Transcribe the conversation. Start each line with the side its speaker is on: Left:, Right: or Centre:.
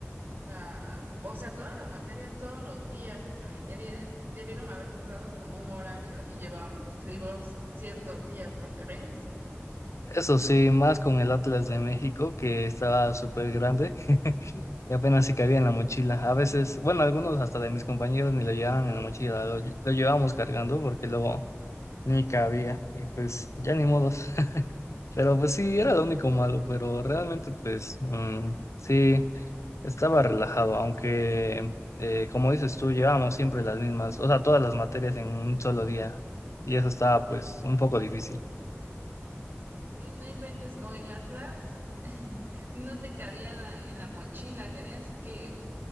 Right: la, o sea, todas las materias todos los días. Debie- debieron habernos dado como un horario y llevábamos libros ciertos días, ¿no crees?
Left: Eso sí, más con el Atlas de México que estaba súper grande. Y apenas se cabía en la mochila. A veces, bueno, algunos hasta de mis compañeros ni lo llevaban en la mochila, lo, lle- lo llevábamos cargando porque luego ni cabía. Y pues ya ni modos. <laughs> Pero pues sí, era lo único malo, pero realmente pues mm, sí, estaba relajado, aunque eh, como dices tú, llevábamos siempre las mismas, o sea, todas las materias en un solo día. Y eso estaba pues un poco difícil.
Right: Sí, no inventes con el Atlas. <laughs> No te cabía la- en la mochila, tenías que